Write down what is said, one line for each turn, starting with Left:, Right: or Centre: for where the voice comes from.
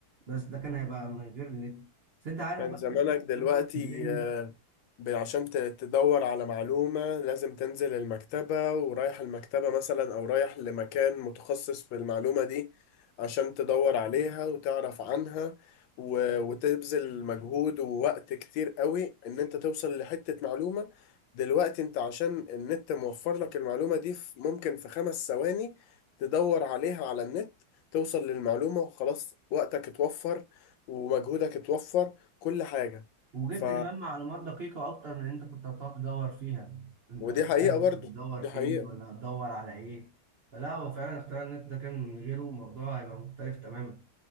Right: بس ده كان هيبقى من غير نت بس انت عارف
Left: كان
Right: بقى
Left: زمانك
Right: ايه
Left: دلوقتي
Right: أنا بتشغلني
Left: آه، ب- عشان ت- تدور على معلومة لازم تنزل المكتبة ورايح المكتبة مثلا أو رايح لمكان متخصص في المعلومة دي عشان تدور عليها وتعرف عنها و- وتبذل مجهود ووقت كتير قوي إن أنت توصل لحتة معلومة دلوقتي أنت عشان النت موفر لك المعلومة دي في- ممكن في خمس ثواني تدور عليها على النت توصل للمعلومة وخلاص وقتك اتوفر ومجهودك اتوفر كل حاجة
Right: وجبت
Left: ف
Right: كمان معلومات دقيقه اكتر من اللي انت كنت هتقعد تدور فيها انت
Left: ودي
Right: مش
Left: حقيقة
Right: عارف
Left: برضو
Right: هتدور
Left: دي
Right: فين
Left: حقيقة
Right: ولا هتدور على ايه فلا هو فعلا اختيار النت ده كان من غيره الموضوع هيبقى مختلف تماما